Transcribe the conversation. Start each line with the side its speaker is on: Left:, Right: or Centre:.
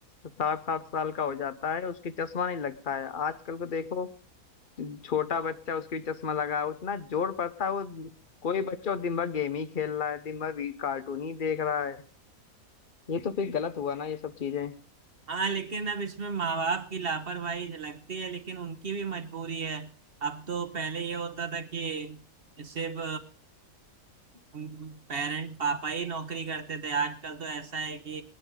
Left: साठ साठ साल का हो जाता है उसकी चश्मा नहीं लगता है आजकल को देखो छोटा बच्चा उसकी चश्मा लगा है, उतना जोर पड़ता है वो कोई बच्चा वो दिन भर गेम ही खेल रहा है दिन भर भी कार्टून ही देख रहा है ये तो फिर गलत हुआ ना ये सब चीजें
Right: हाँ लेकिन अब इसमें माँ बाप की लापरवाही झलकती है लेकिन उनकी भी मजबूरी है अब तो पहले ये होता था कि सिर्फ पेरेंट पापा ही नौकरी करते थे आजकल तो ऐसा है कि